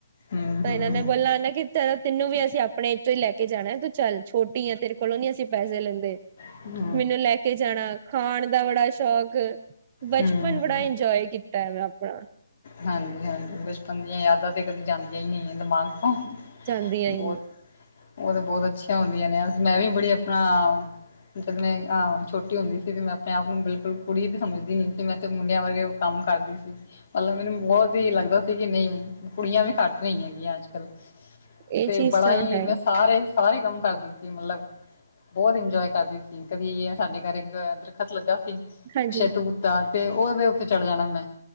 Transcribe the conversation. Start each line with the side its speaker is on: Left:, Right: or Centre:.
Left: ਹਮ
Right: ਤਾਂ
Left: ਹਮ
Right: ਇਹਨਾਂ ਨੇ ਬੋਲ ਆ ਨਾ ਕਿ। ਚੱਲ, ਤੈਨੂੰ ਵੀ ਅਸੀਂ ਆਪਣੇ ਵਿਚੋਂ ਈ ਲੈ ਕੇ ਜਾਣਾ ਤੂੰ ਚੱਲ ਛੋਟੀ ਆ ਤੇਰੇ ਕੋਲੋਂ ਨੀ ਅਸੀਂ ਪੈਸੇ ਲੈਂਦੇ।
Left: ਹੂੰ।
Right: ਮੈਨੂੰ ਲੈ ਕੇ ਜਾਣਾ, ਖਾਣ ਦਾ ਬੜਾ ਸ਼ੌਕ, ਬਚਪਨ
Left: ਹਮ
Right: ਬੜਾ ਇੰਜੋਇ ਕੀਤਾ। ਟਾਈਮ ਆਪਣਾ।
Left: ਹਾਂਜੀ-ਹਾਂਜੀ ਬਚਪਨ ਦੀਆਂ ਯਾਦਾਂ ਤੇ। ਕਦੀ ਜਾਂਦੀਆਂ ਈ ਨਈਂ ਦਿਮਾਗ ਤੋਂ,
Right: ਜਾਂਦੀਆਂ ਹੀ
Left: ਬਹੁਤ।
Right: ਨੀ
Left: ਉਹ ਤੇ ਬਹੁਤ ਅੱਛੀਆਂ ਹੁੰਦੀਆਂ ਨੇ ਮੈਂ ਵੀ ਬੜੀ ਆਪਣਾ। ਜਦ ਮੈਂ ਅ ਛੋਟੀ ਹੁੰਦੀ ਸੀ ਤੇ ਮੈਂ ਆਪਣੇ-ਆਪ ਨੂੰ ਬਿਲਕੁਲ ਕੁੜੀ ਵੀ ਸਮਝਦੀ ਨਈਂ ਸੀ ਤੇ ਮੈਂ ਤਾਂ ਮੁੰਡਿਆਂ ਵਰਗੇ। ਕੰਮ ਕਰਦੀ ਸੀ। ਪਹਿਲਾ ਮੈਨੂੰ, ਬਹੁਤ ਈ ਲੱਗਦਾ ਸੀ। ਕਿ ਨਈਂ, ਕੁੜੀਆਂ ਵੀ, ਘੱਟ ਨਹੀਂ ਹੈਗੀਆਂ, ਅੱਜ-ਕੱਲ।
Right: ਇਹ
Left: ਤੇ
Right: ਚੀਜ਼
Left: ਬੜਾ
Right: ਤਾਂ
Left: ਈ,
Right: ਹੈ
Left: ਮੈਂ ਸਾਰੇ, ਸਾਰੇ ਕੰਮ ਕਰਦੀ ਸੀ ਮਤਲਬ। ਬਹੁਤ ਇੰਜੋਏ, ਕਰਦੀ ਸੀ। ਕਦੀ ਸਾਡੇ ਘਰ, ਇੱਕ ਦਰਖਤ ਲੱਗਾ ਸੀ।
Right: ਹਾਂਜੀ
Left: ਸ਼ੇਤੂ-ਪੁੁੱਤਾ ਤੇ ਉਹਦੇ ਉੱਤੇ ਚੜ੍ਹ ਜਾਣਾ ਮੈਂ।